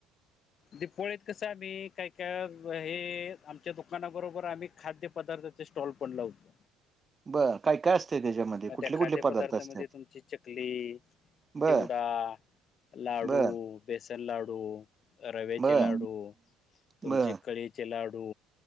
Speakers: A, on the left; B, on the right.
A: दिपवाळीत कसं आम्ही काय काय हे आमच्या दुकानाबरोबर आम्ही खाद्य पदार्थ स्टॉल पण लावतो.
B: बरं काय काय अस त्याच्यामध्ये.
A: मग
B: कुठले
A: त्या खाद्यपदार्थामध्ये
B: कुठले पदार्थ असतात
A: तुमची चकली
B: बर
A: चिवडा लाडू.
B: बर
A: बेसन लाडू रव्याचे
B: बर
A: लाडू तुमचे
B: बर
A: कळीचे लाडू.